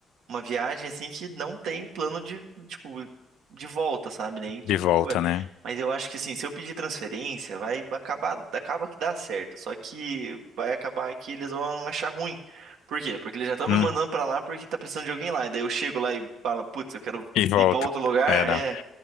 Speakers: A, on the right; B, on the left.
A: uma viagem assim que não tem plano de, tipo, de volta, sabe? Nem de
B: De volta,
A: coisa.
B: né?
A: Mas eu acho que assim, se eu pedir transferência, vai acabar, acaba que dá certo. Só que vai acabar que eles vão achar ruim. Por quê? Porque eles já estão
B: Hum,
A: me mandando pra lá porque tá precisando de alguém lá. E daí eu chego lá e falo, putz, eu quero
B: e volto.
A: ir pra outro lugar.
B: É, não.
A: É,